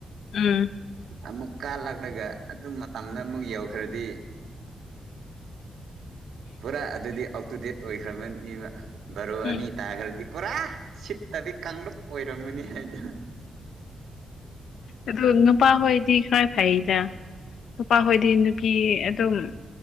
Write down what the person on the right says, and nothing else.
ꯑꯃꯨꯛ ꯀꯥꯜꯂꯛꯂꯒ ꯑꯗꯨ ꯃꯇꯝꯗ ꯑꯃꯨꯛ ꯌꯧꯈ꯭ꯔꯗꯤ ꯄꯨꯔꯥ ꯑꯗꯨꯗꯤ ꯑꯧ ꯇꯨ ꯗꯦꯠ ꯑꯣꯏꯈ꯭ꯔꯕꯅꯤꯕ ꯕꯥꯔꯣ
ꯑꯅꯤ ꯇꯥꯒ꯭ꯔꯗꯤ ꯄꯨꯔꯥ ꯁꯤꯠꯇꯕꯤ ꯀꯥꯡꯂꯨꯞ ꯑꯣꯏꯔꯝꯃꯅꯤ ꯍꯩꯗꯣ